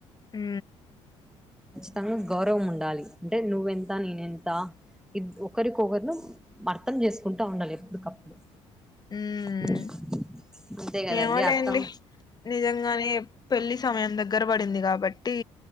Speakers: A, on the left (about 25°); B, in the centre.
A: ఊ
B: తను గౌరవం ఉండాలి అంటే నువ్వెంత నేనెంత ఇవి ఒకరికొకరును అర్థం చేసుకుంటా ఉండాలి ఎప్పటికప్పుడు
A: హ్మ్
B: <inaudible> అంతే కదండి
A: ఏమోలేండి
B: అర్థం
A: నిజంగానే పెళ్ళి సమయం దగ్గర పడింది కాబట్టి